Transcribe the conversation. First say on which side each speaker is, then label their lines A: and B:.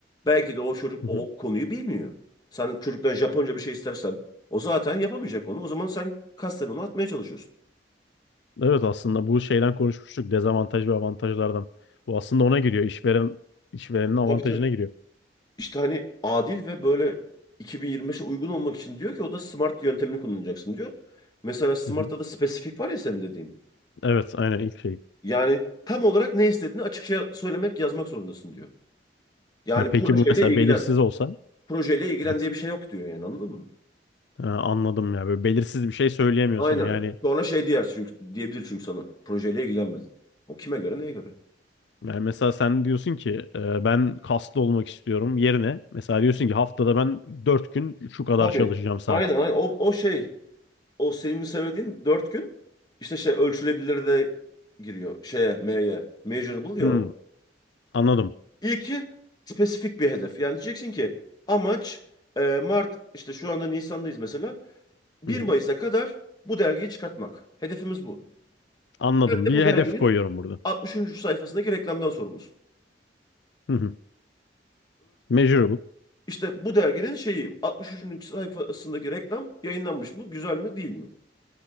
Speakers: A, on the left; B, on the left.
A: belki de o çocuk
B: Hı
A: o
B: hı.
A: konuyu bilmiyor. Sen çocuktan Japonca bir şey istersen o zaten yapamayacak onu. O zaman sen kasten onu atmaya çalışıyorsun.
B: Evet aslında bu şeyden konuşmuştuk. Dezavantaj ve avantajlardan. Bu aslında ona giriyor. İşveren işverenin avantajına
A: Tabii tabii.
B: giriyor.
A: İşte hani adil ve böyle 2025'e uygun olmak için diyor ki o da SMART yöntemini kullanacaksın diyor. Mesela SMART'ta
B: Hı hı.
A: da spesifik var ya senin dediğin.
B: Evet aynen ilk şey.
A: Yani tam olarak ne istediğini açıkça söylemek, yazmak zorundasın diyor. Yani
B: Ya peki
A: projeyle
B: bu mesela
A: ilgilen.
B: belirsiz olsa
A: Projeyle ilgilen
B: Belirsiz.
A: diye bir şey yok diyor yani anladın mı?
B: Ha, anladım ya. Böyle belirsiz bir şey söyleyemiyor
A: Aynen.
B: sana. Yani
A: Sonra şey diyer çünkü diyebilir çünkü sana. Projeyle ilgilenmedin. O kime göre neye göre?
B: Yani mesela sen diyorsun ki e, ben kaslı olmak istiyorum yerine mesela diyorsun ki haftada ben 4 gün şu kadar
A: Tabii.
B: çalışacağım saat.
A: Aynen, aynen. O, o şey o senin söylediğin dört gün işte şey ölçülebilir de giriyor şeye M'ye. Measurable ya.
B: Hmm,
A: o.
B: anladım.
A: İlki spesifik bir hedef. Yani diyeceksin ki amaç e, Mart işte şu anda Nisan'dayız mesela. bir
B: Hı hı.
A: Mayıs'a kadar bu dergiyi çıkartmak. Hedefimiz bu.
B: Anladım.
A: Bir de
B: Bir
A: Bu derginin
B: hedef koyuyorum burada.
A: 60. sayfasındaki reklamdan sorumlusun.
B: Hı hı. Measurable.
A: İşte bu derginin şeyi 63. sayfasındaki reklam yayınlanmış mı? Güzel mi değil mi?